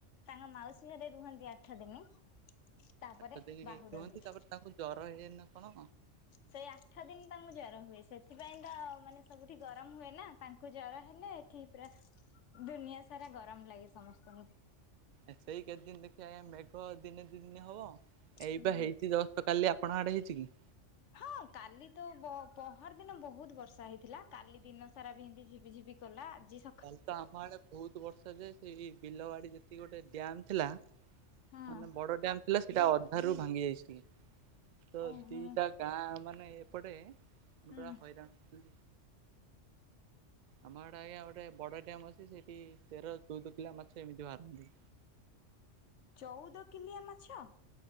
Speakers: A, on the left; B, on the right.
A: ତାଙ୍କ ମାଉସୀ ଘରେ ରୁହନ୍ତି ଆଠ ଦିନ ତାପରେ
B: ଆଠ ଦିନ
A: ବାହୁଡନ୍ତି।
B: ରୁହନ୍ତି ତାପରେ ତାଙ୍କୁ ଜର ହେଇଯାଏ ନା କଣ?
A: ସେଇ ଆଠ ଦିନ ତାଙ୍କୁ ଜର ହୁଏ ସେଥିପାଇଁ ତ ମାନେ ସବୁଠି ଗରମ ହୁଏ ନା ତାଙ୍କୁ ଜର ହେଲେ। ଠି ପୁରା ଦୁନିଆ ସାରା ଗରମ ଲାଗେ ସମସ୍ତଙ୍କୁ।
B: ସେଇ କେତେ ଦିନ ଦେଖିବା ଆଜ୍ଞା ମେଘ ଦିନେ ଦି ଦିନେ ହବ। ଏଇ
A: ହୁଁ।
B: ବା ହେଇଛିି ଜଷ୍ଟ କାଲି ଆପଣଙ୍କ ଆଡେ ହେଇଛି କି?
A: ହଁ କାଲି ତ ବ ପହର ଦିନ ବହୁତ ବର୍ଷା ହେଇଥିଲା କାଲି ଦିନ ସାରା ବି ହେନ୍ତି ଝିବି ଝିିବି କଲା ଆଜି ସେ
B: କାଲି ତ ଆମ ଆଡେ ବହୁତ ବର୍ଷା ଯେ ସେଇ ବିଲବାଡି ଯେତିକି ଗୋଟେ ଡ୍ୟାମ ଥିଲା।
A: ହଁ
B: ମାନେ ବଡ ଡ୍ୟାମ ଥିଲା ସେଇଟା ଅଧା ରୁ ଭାଙ୍ଗି ଯାଇଚି ଟିକେ ତ
A: ଓହୋ
B: ଦିଟା ଗାଁ ମାନେ ଏପଟେେ
A: ହୁଁ
B: ପୁରା ହଇରାଣ। ଆମଆଡେ ଆଜ୍ଞା ଅ ଗୋଟେ ବଡ ଡ୍ୟାମ୍ ଅଛି ସେଇଠି ତେର ଚଉଦ କିଲିଆ ମାଛ ଏମିତି ବାହାରନ୍ତି।
A: ଚଉଦ କିଲିଆ ମାଛ।